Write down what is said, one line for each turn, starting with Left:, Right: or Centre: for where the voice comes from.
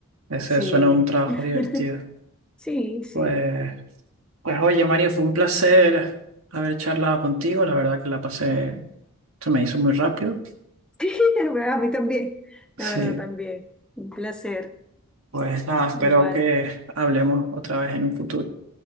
Right: Ese
Centre: Sí,
Right: suena un trabajo
Centre: <laughs>
Right: divertido.
Centre: sí, sí.
Right: Pues, pues oye, Mario, fue un placer haber charlado contigo. La verdad que la pasé, se me hizo muy rápido.
Centre: <laughs> A mí también,
Right: Sí,
Centre: la verdad también. Un placer.
Right: pues nada, espero
Centre: Igual.
Right: que hablemos otra vez en un futuro.